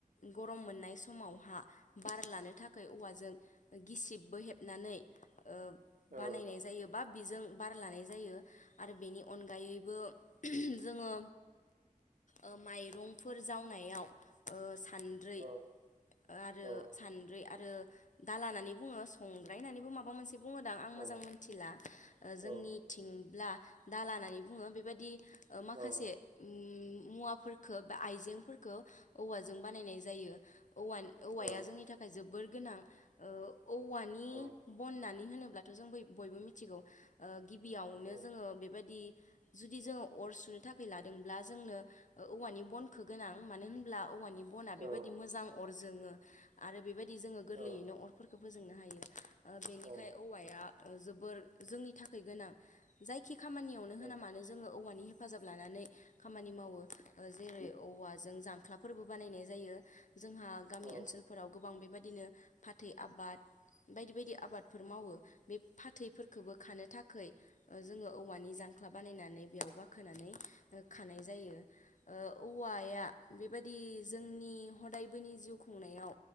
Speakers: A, on the left; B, on the right.
A: गम मोननाय समावहा बार लानो थाखाय औवाजों गिसिबबो हेबनानै ओ बानायनाय
B: औ
A: जायो बा बेजों बार लानाय जायो। आरो बेनि अनगायैबो जोङो ओ माइरंफोर जावनायाव ओ सानद्रै
B: औ
A: आरो
B: औ
A: सान आरो दाला होननानै बुङो संराय होननानैबो माबा मोनसे बुङोदां आं
B: औ
A: मोजाङै मोन्थिला। ओ जोंनि
B: औ
A: थिंब्ला दाला होननानै बुङो बेबादि ओ माखासे
B: औ
A: मुवाफोर फोरखो आइजेंफोरखो औवाजों बानायनाय जायो औवा औवाया
B: औ
A: जोंनि थाखाय जोबोर गोनां ओ औवानि
B: औ
A: बननानै मानो होनोब्लाथ' जों बयबो मिथिगौ ओ गिबियावनो
B: औ
A: जोङो बेबायदि जुदि जोङो अर सुनो थाखाय लादोंब्ला जोंनो ओ औवानि बनखो गोनां मानो होनब्ला औवानि बना
B: औ
A: बेबायदि मोजां अर जोङो आरो बेबायदि जोङो गोरलैयैनो
B: औ
A: अरफोरखो फोजोंनो हायो ओ बेनिखायनो
B: औ
A: औवाया जोबोर जोंनि थाखाय गोनां जायखि खामानियावनो
B: औ
A: होना मानो जोङो औवानि हेफाजाब लानानै खामानि मावो ओ जेरै औवाजों जांख्लाफोरबो बानायनाय जायो जोंहा गामि
B: औ
A: ओनसोलफोराव गोबां बेबादिनो फाथै आबाद बायदि बायदि आबादफोर मावो बे फाथैफोरखोबो खानो थाखै ओ जोङो औवानि जां ख्ला बानायनानै बेयाव गाखोनानै खानाय जायो ओ औवाया बेबादि जोंनि हदायबोनि जिउ खुंनायाव